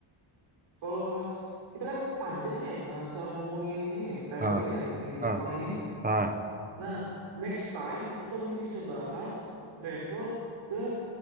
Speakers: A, on the right; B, on the right.
A: Kalau Mas, kita kan panjang nih ya bahasa ngomongin ini ya, travel
B: ah
A: ini ya, yang ke Jepang
B: ah
A: ini.
B: ah,
A: Nah, next time kita mungkin bisa bahas travel ke